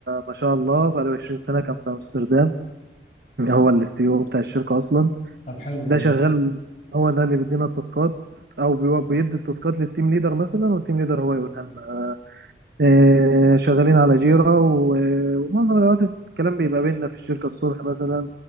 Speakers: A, on the right; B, on the left.
A: ما شاء الله بقى له 20 سنه كان في امستردام هو السي او بتاع الشركه اصلا
B: طب حلو
A: ده
B: والله
A: شغال هو ده اللي بيدينا التاسكات او بيو- بيدي التاسكات للتيم ليدر مثلا والتيم ليدر هو يقولها لنا آه، شغالين على جيرا و- ومعظم الوقت الكلام بيبقى بيننا في الشركة الصبح مثلا